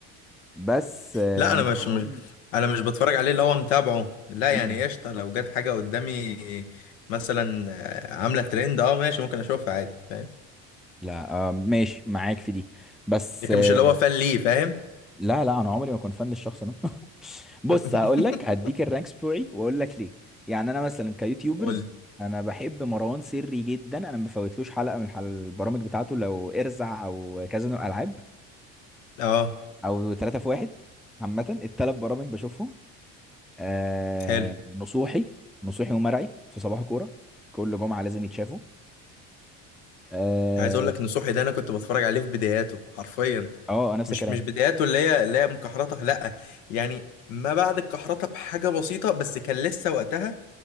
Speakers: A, in the centre; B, on the left.
A: بس آه
B: لا انا
A: مروان
B: مش مش انا مش بتفرج عليه اللي هو متابعه لا
A: مم.
B: يعني قشطة لو جت حاجة قدامي مثلا آه، عاملة ترند اه ماشي ممكن اشوفها عادي فاهم
A: لا آه ماشي معاك في دي بس
B: لكن
A: آه
B: مش اللي هو فان ليه فاهم
A: لا لا انا عمري ما كنت فان للشخص ده <laughs> بص
B: <laughs>
A: هقول لك هديك الرانكس بتوعي واقول لك ليه يعني انا مثلا كيوتيوبرز
B: قول
A: انا بحب مروان سري جدا انا ما بفوتلوش حلقه من حل- البرامج بتاعته لو ارزع او كازينو الالعاب
B: اه
A: او ثلاثة في واحد عامه الثلاث برامج بشوفهم آه
B: حلو
A: نصوحي نصوحي ومرعي في صباح كوره كل جمعه لازم يتشافوا اه
B: عايز اقول لك ان صحي ده انا كنت بتفرج عليه في بداياته حرفيا
A: آه، نفس
B: مش
A: الكلام
B: مش بداياته اللي هي اللي هي مكحرته لا يعني ما بعد الكحرته بحاجه بسيطه بس كان لسه وقتها